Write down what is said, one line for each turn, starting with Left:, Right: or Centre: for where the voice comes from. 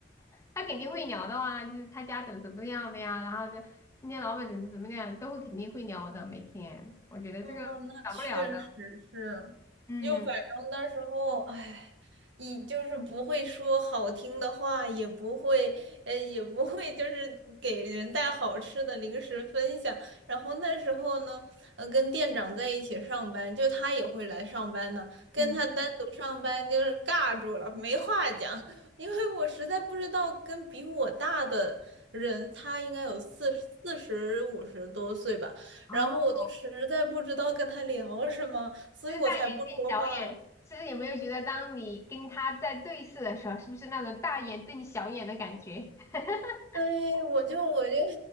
Left: 他肯定会聊的啊，就是他家怎么怎么样的呀，然后就今天老板怎么怎么样的，都会肯定会聊的，每天，我觉得这个少不了的，
Right: 哦，那确实是，
Left: 嗯
Right: 就反正那时候，哎，你就是不会说好听的话，也不会，呃，也不会就是给人带好吃的零食分享。然后那时候呢，呃，跟店长在一起上班，就他也会来上班呢，跟他单独上班就是尬住了，
Left: 嗯，
Right: 没话讲，因为我实在不知道跟比我大的人，他应该有四四十五十多岁吧。
Left: 哦。
Right: 然后我都实在不知道跟他聊什么，所以我才不说话的。
Left: 就是大眼瞪小眼，是不是有没有觉得，当你跟他在对视的时候，是不是那种大眼瞪小眼的感觉？<laughs>
Right: 哎，我就我就，